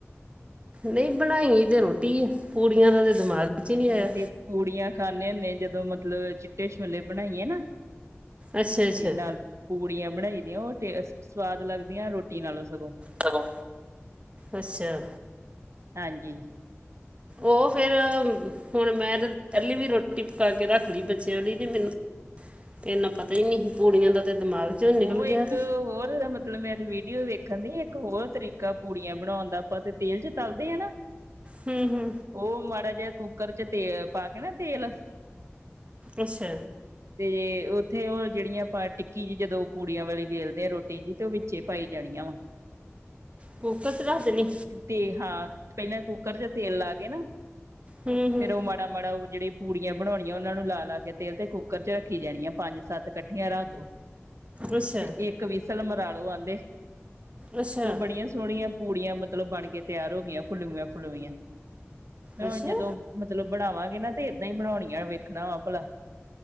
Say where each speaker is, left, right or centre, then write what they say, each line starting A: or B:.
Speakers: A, on the right; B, on the right.
A: ਨਈ ਬਣਾਈ ਤੇ ਰੋਟੀ ਪੂੜੀਆਂ ਦਾ ਤੇ ਦਿਮਾਗ 'ਚ ਹੀ ਨਹੀਂ
B: ਅਹੀ
A: ਆਇਆ
B: ਤੇ ਪੂੜੀਆਂ ਖਾਂਨੇ ਹੁੰਨੇ ਆਂ, ਜਦੋਂ ਮਤਲਬ ਚਿੱਟੇ ਛੋਲੇ ਬਣਾਈਏ ਨਾ। ਤੇ
A: ਅੱਛਾ ਅੱਛਾ
B: ਨਾਲ ਪੂੜੀਆਂ ਬਣਾਈ ਦੀਆਂ, ਓ ਟੇਸਟ, ਸਵਾਦ ਲੱਗਦੀਆਂ ਰੋਟੀ ਨਾਲੋਂ ਸਗੋਂ।
A: ਸਗੋਂ, ਅੱਛਾ।
B: ਹਾਂਜੀ
A: ਓ ਫਿਰ ਹੁਣ ਮੈਂ ਤੇ ਪੈਲੀ ਵੀ ਰੋਟੀ ਪਕਾ ਕੇ ਰੱਖ ਲਈ ਬੱਚਿਆਂ ਲਈ ਤੇ ਮੈਨੂੰ ਇੰਨਾ ਪਤਾ ਈ ਨਈ ਹੀ ਪੂੜੀਆਂ ਦਾ ਤੇ ਦਿਮਾਗ 'ਚੋਂ ਨਿਕਲ
B: ਓ ਇੱਕ
A: ਗਿਆ ਤੇ
B: ਹੋਰ ਮਤ ਮਤਲਬ ਮੈਂ ਵੀਡੀਓ ਵੇਖਣ ਦੀ ਇੱਕ ਹੋਰ ਤਰੀਕਾ ਪੂੜੀਆਂ ਬਣਾਉਣ ਦਾ ਆਪਾਂ ਤੇ ਤੇਲ 'ਚ ਤਲਦੇ ਆ ਨਾ।
A: ਹੂੰ-ਹੂੰ
B: ਓ ਮਾੜਾ ਜਿਹਾ ਕੁੱਕਰ 'ਚ ਤੇਲ ਪਾ ਕੇ ਨਾ ਤੇਲ
A: ਅੱਛਾ
B: ਤੇ ਉੱਥੇ ਓ ਜੇੜੀਆਂ ਟਿੱਕੀ ਜੀ ਜਦੋਂ ਪੂੜੀਆਂ ਵਾਲੀ ਵੇਲਦੇ ਆ ਰੋਟੀ ਜੀ ਤੇ ਵਿੱਚੇ ਪਾਈ ਜਾਣੀਆਂ ਵਾ।
A: ਕੁਕਰ 'ਚ ਰੱਖ ਦੇਨੀ।
B: ਤੇ ਹਾਂ ਪੈਲਾਂ ਕੁੱਕਰ 'ਚ ਤੇਲ ਲਾ ਕੇ ਨਾ
A: ਹੂੰ ਹੂੰ
B: ਫਿਰ ਓ ਮਾ ਮਾੜਾ-ਮਾੜਾ ਓ ਜੇੜੀ ਪੂੜੀਆਂ ਬਣਾਉਣੀਆਂ ਉਹਨਾਂ ਨੂੰ ਲਾ-ਲਾ ਕੇ ਤੇਲ ਤੇ ਕੁੱਕਰ 'ਚ ਰੱਖੀ ਜਾਣੀ ਆ ਪੰਜ ਸੱਤ ਕੱਠ ਠੀਆਂ ਰੱਖ ਦੋ
A: ਅੱਛਾ
B: ਤੇ ਇੱਕ ਵੀਸਲ ਮਰਾ ਲੋ ਆਂਦੇ।
A: ਅੱਛਾ
B: ਤੇ ਬੜੀਆਂ ਸੋਹਣੀਆਂ ਪੂੜੀਆਂ ਮਤਲਬ ਬਣ ਕੇ ਤਿਆਰ ਹੋ ਗਈਆਂ ਫੁੱਲਵੀਆਂ- ਫੁੱਲਵੀਆਂ
A: ਅੱਛਾ
B: ਹੁਣ ਜਦੋਂ ਮਤਲਬ ਬਣਾਵਾਂਗੇ ਨਾ ਤੇ ਏਦਾਂ ਈ ਬਣਾਉਣੀਆਂ ਵੇਖਣਾ ਵਾ ਭਲਾ